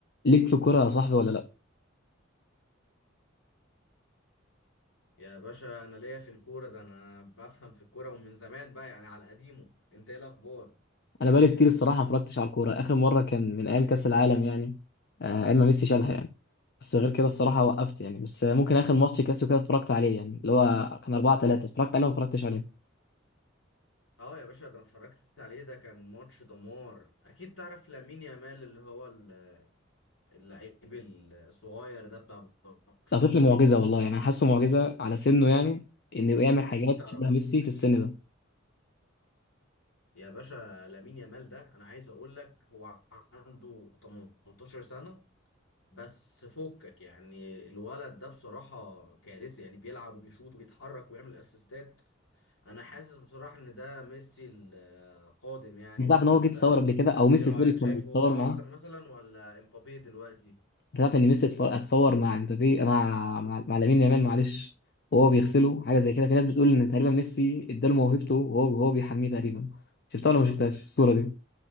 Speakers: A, on the left (about 55°); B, on the left (about 85°).
A: ليك في الكوره يا صاحبي ولا لا
B: يا باشا انا ليا في الكوره ده انا بفهم في الكوره ومن زمان بقى يعني على قديمه انت ايه الاخبار
A: انا بقالي كتير الصراحه ما اتفرجتش على الكوره اخر مره كان من ايام كاس العالم يعني آه، ايام ما ميسي شالها يعني بس غير كده الصراحه وقفت يعني بس ممكن اخر ماتش كلاسيكو كده اتفرجت عليه يعني اللي هو كان 4 3 اتفرجت عليه وما اتفرجتش عليه
B: اه يا باشا ده انا اتفرجت عليه ده كان ماتش دمار اكيد تعرف لامين يامال اللي هو ال- اللعيب الصغير ده بتاع برشلونه
A: ده طفل معجزه والله يعني انا حاسه معجزه على سنه يعني انه يعمل حاجات
B: اكيد تعرف
A: شبه ميسي في السن ده
B: يا باشا لامين يامال ده انا عايز اقول لك هو عنده 18 سنه بس فكك يعني الولد ده بصراحه كارثي يعني بيلعب وبيشوط وبيتحرك ويعمل اسيستات انا حاسس بصراحة ان ده ميسي القادم يعني
A: انت
B: ولا
A: عارف ان هو
B: انت
A: جه يتصور قبل كده او ميسي
B: ايه رأيك
A: سوري كان
B: شايفه
A: متصور
B: هو احسن
A: معاه
B: مثلا ولا امبابي دلوقتي
A: تعرف ان ميسي اتف- اتصور مع امبابي مع مع, مع لامين يامال معلش وهو بيغسله حاجه زي كده في ناس بتقول ان تقريبا ميسي اداله موهبته وهو وهو بيحميه تقريبا شفتها ولا ما شفتهاش الصوره دي